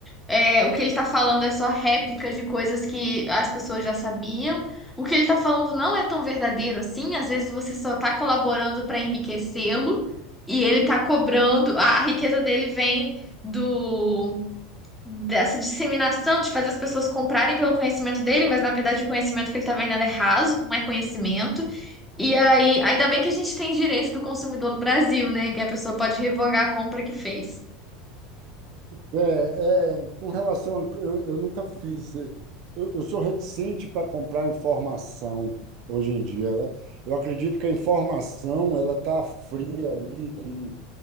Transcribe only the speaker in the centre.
É, o que ele tá falando é só réplica de coisas que as pessoas já sabiam o que ele tá falando não é tão verdadeiro assim, às vezes você só tá colaborando para enriquecê-lo e ele tá cobrando, a, a riqueza dele vem do dessa disseminação de fazer as pessoas comprarem pelo conhecimento dele, mas na verdade o conhecimento que ele tá vendendo é raso, não é conhecimento. E aí, ainda bem que a gente tem direito do consumidor no Brasil, né? Que a pessoa pode revogar a compra que fez.